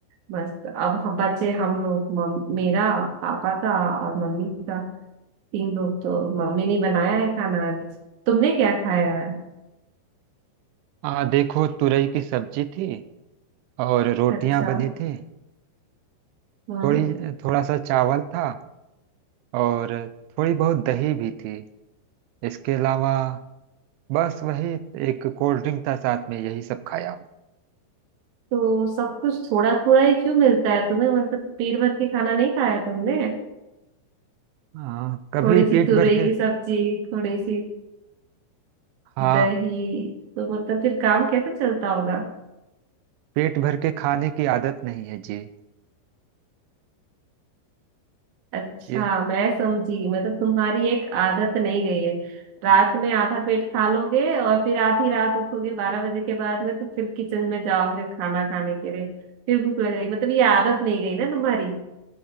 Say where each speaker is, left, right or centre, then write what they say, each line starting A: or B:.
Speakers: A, on the right; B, on the right.
A: मस्त अब हम बचे हम लोग मम, मेरा पापा का और मम्मी का तीन लोग तो मम्मी ने बनाया है खाना आज तुमने क्या खाया है
B: आ देखो तुरई की सब्जी थी और रोटियां
A: अच्छा
B: बनी थी
A: हम्म
B: थोड़ी थोड़ा सा चावल था और थोड़ी बहुत दही भी थी इसके अलावा बस वही एक कोल्ड ड्रिंक था साथ में यही सब खाया हूँ
A: तो सब कुछ थोड़ा थोड़ा ही क्यों मिलता है तुम्हें मतलब पेट भर के खाना नहीं खाया तुमने
B: हाँ कभी
A: थोड़ी सी
B: पेट
A: तुरई
B: भर के
A: की सब्जी थोड़ी सी
B: हाँ
A: दही तो मतलब फिर काम कैसे चलता होगा
B: पेट भर के खाने की आदत नहीं है जी
A: अच्छा
B: ये
A: मैं समझी मतलब तुम्हारी एक आदत नहीं गई है रात में आधा पेट खा लोगे और फिर आधी रात उठोगे बारह बजे के बाद में तो फिर किचन में जाओगे खाना खाने के लिए फिर भूख लग गई मतलब ये आदत नहीं गई ना तुम्हारी